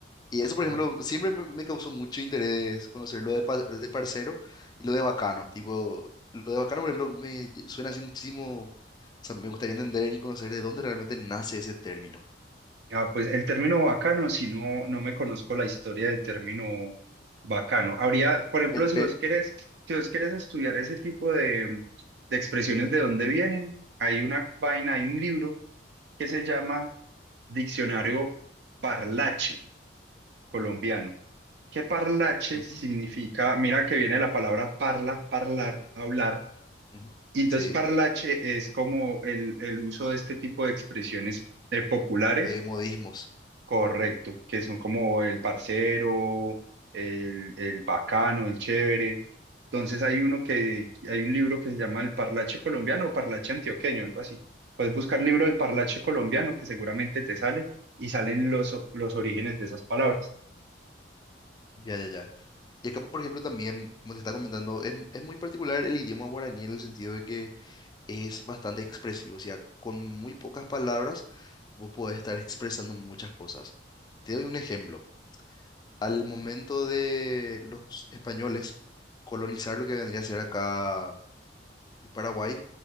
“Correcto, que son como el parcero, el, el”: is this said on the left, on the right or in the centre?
Right